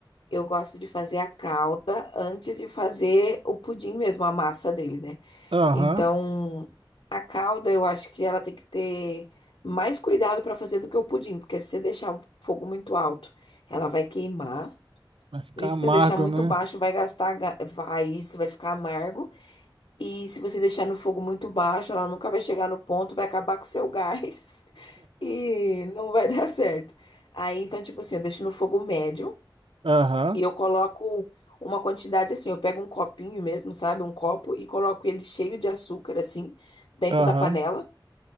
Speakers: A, on the left; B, on the right.
A: Eu gosto de fazer a calda antes de fazer o pudim mesmo, a massa dele, né?
B: aham.
A: Então, a calda eu acho que ela tem que ter mais cuidado para fazer do que o pudim, porque se você deixar o fogo muito alto, ela vai queimar.
B: Vai ficar
A: E se
B: amargo,
A: você deixar muito
B: né?
A: baixo, vai gastar ga- raiz, vai ficar amargo. E se você deixar no fogo muito baixo, ela nunca vai chegar no ponto, vai acabar com o seu gás <laughs> e não vai dar certo. Aí, então, tipo assim, eu deixo no fogo médio.
B: Aham,
A: E eu coloco uma quantidade assim, eu pego um copinho mesmo, sabe? Um copo e coloco ele cheio de açúcar, assim, dentro
B: aham,
A: da panela.